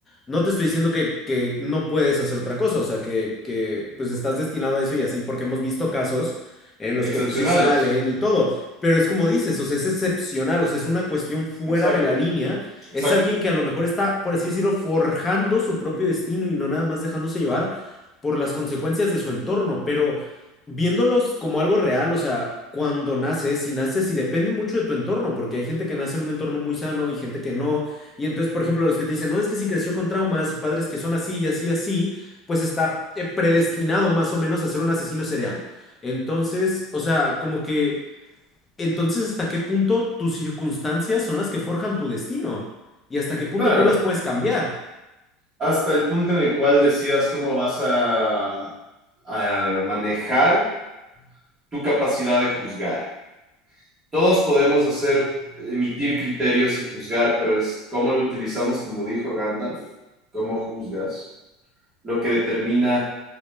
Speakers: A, on the left; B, on the right.
A: No te estoy diciendo que, que no puedes hacer otra cosa, o sea, que, que, pues estás destinado a eso y así, porque hemos visto casos en los
B: Excepcionales.
A: que pues sí salen y todo, pero es como dices, o sea, es excepcional, o sea, es una cuestión fuera
B: Exacto,
A: de la línea,
B: exacto.
A: es alguien que a lo mejor está, por así decirlo, forjando su propio destino y no nada más dejándose llevar por las consecuencias de su entorno, pero viéndolos como algo real, o sea, cuando naces, si naces, y depende mucho de tu entorno, porque hay gente que nace en un entorno muy sano y gente que no, y entonces, por ejemplo, los que te dicen, no, es que si creció con traumas y padres que son así y así, y así, pues está eh, predestinado más o menos a ser un asesino serial. Entonces, o sea, como que, entonces, ¿hasta qué punto tus circunstancias son las que forjan tu destino? ¿Y hasta qué punto
B: Claro,
A: tú las puedes cambiar?
B: hasta el punto en el cual decidas cómo vas a, a manejar tu capacidad de juzgar. Todos podemos hacer, emitir criterios y juzgar, pero es cómo lo utilizamos, como dijo Gandalf, cómo juzgas, lo que determina